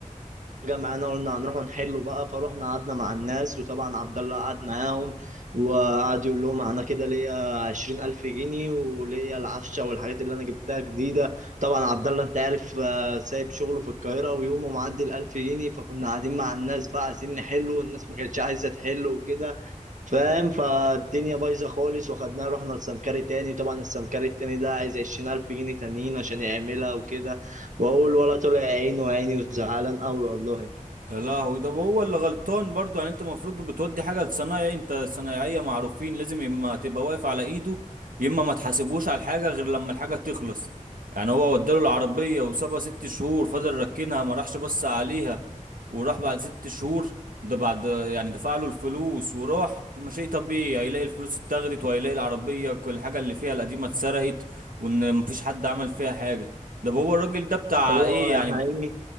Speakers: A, on the right; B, on the right.
A: جمعنا قلنا هنروحوا نحلوا بقى فروحنا قعدنا مع الناس وطبعا عبد الله قعد معاهم وقعد يقول لهم انا كده ليا عشرين الف جنيه وليا العفشه والحاجات اللي انا جبتها جديده طبعا عبد الله انت عارف آه، سايب شغله في القاهره ويومه معدي الالف جنيه فكنا قاعدين مع الناس بقى عايزين نحله والناس ما كانتش عايزه تحله وكده فاهم فالدنيا بايظه خالص وخدناها رحنا لسمكري تاني طبعا السمكري التاني ده عايز عشرين الف جنيه تانيين عشان يعملها وكده واقول ولا طلع عينه وعيني وزعلان قوي والله
B: يا لهوي ده هو اللي غلطان برضو يعني انت المفروض بتودي حاجه لصنايعي انت صنايعيه معروفين لازم يا اما تبقى واقف على ايده يا اما ما تحاسبوش على الحاجه غير لما الحاجه تخلص يعني هو وداله العربيه وسابها ست شهور فضل ركنها ما راحش بص عليها وراح بعد ست شهور ده بعد يعني دفع له الفلوس وراح طب ما شيء طبيعي هيلاقي الفلوس اتاخدت وهيلاقي العربيه كل الحاجه اللي فيها القديمه اتسرقت وان مفيش حد عمل فيها حاجه ده هو الراجل ده بتاع
A: هو
B: ايه
A: هي
B: يعني